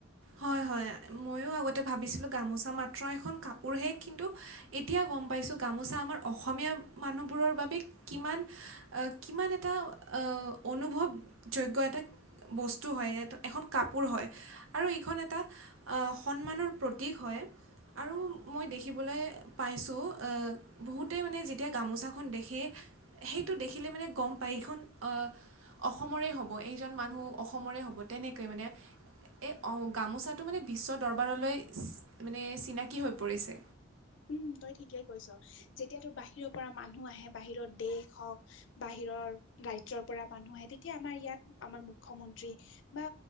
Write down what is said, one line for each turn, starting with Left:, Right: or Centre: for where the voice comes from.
Right: হয়, হয়, ময়ো আগতে ভাবিছিলোঁ গামোচা মাত্ৰ এখন কাপোৰহে, কিন্তু এতিয়া গম পাইছোঁ। গামোচা আমাৰ অসমীয়া মানুহবোৰৰ বাবে কিমান অ' কিমান এটা অ' অনুভৱ যোগ্য এটা বস্তু হয় এখন কাপোৰ হয়। আৰু এইখন এটা অ' সন্মানৰ প্ৰতীক হয়। আৰু মই দেখিবলৈ পাইছোঁ, বহুতে মানে যেতিয়া গামোচাখন দেখে। সেইটো দেখিলে মানে গ'ম পায় এইখন অ' অসমৰে হ'ব এইজন মানুহ অসমৰে হ'ব তেনেকে মানে। এই অ', গামোচাটো মানে বিশ্ব দৰবাৰলৈ চি মানে চিনাকী হৈ পৰিছে।
Left: উম, তই ঠিকেই কৈছো, যেতিয়া তোৰ বাহিৰৰ পৰা মানুহ আহে বাহিৰৰ দেশ হওক। বাহিৰৰ ৰাজ্যৰ পৰা মানুহ আহে তেতিয়া আমাৰ ইয়াত আমাৰ মুখ্যমন্ত্ৰী বা